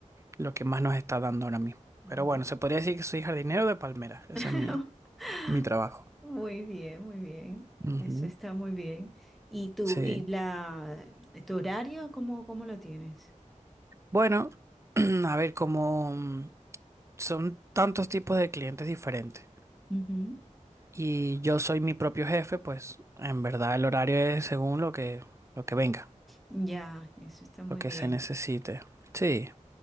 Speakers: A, on the right; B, in the centre.
A: lo que más nos está dando ahora mismo.
B: Mm.
A: Pero bueno, se podría decir que soy jardinero de palmeras. Ese
B: <laughs>
A: es mi, mi trabajo.
B: Muy bien, muy bien.
A: Ujú.
B: Eso está muy bien. ¿Y tú,
A: Sí.
B: y la, tu horario, cómo, cómo lo tienes?
A: Bueno, <clears throat> a ver, como. son tantos tipos de clientes diferentes.
B: Ujú.
A: Y yo soy mi propio jefe, pues en verdad el horario es según lo que, lo que venga,
B: Ya, eso está muy
A: lo que
B: bien.
A: se necesite. Sí,